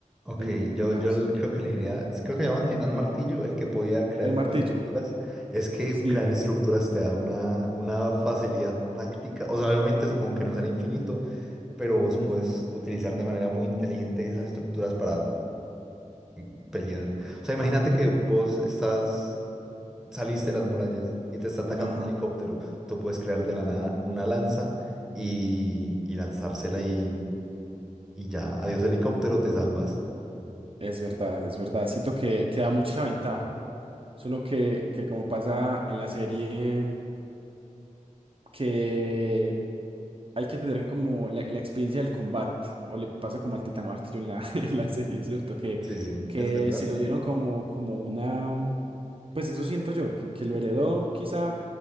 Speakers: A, in the centre; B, on the right.
A: Ok,
B: El
A: yo,
B: volar.
A: yo l- creo que elegiría, creo que llaman Titán Martillo, el que podía crear
B: El martillo.
A: como estructuras. Es que
B: Sí.
A: crear estructuras te da una, una facilidad táctica. O sea, obviamente supongo que no será infinito, pero vos
B: Ujú.
A: puedes utilizar de manera muy inteligente esas estructuras para mm, pelear. O sea, imagínate que vos estás saliste de las murallas y te está atacando
B: Ajá.
A: un helicóptero, tú puedes crear de la nada una lanza y, y lanzársela y, y ya, adiós helicóptero, te salvas.
B: Es verdad, es verdad. Siento que, que da mucha ventaja. Solo que, que como pasa en la serie. que hay que tener como la, la experiencia del combate, o le pasa como al Titán Martillo en la, <laughs> en la serie, ¿cierto? Que,
A: Sí, sí,
B: que
A: es verdad,
B: se lo dieron como, como una... Pues eso siento yo, que, que lo heredó quizá,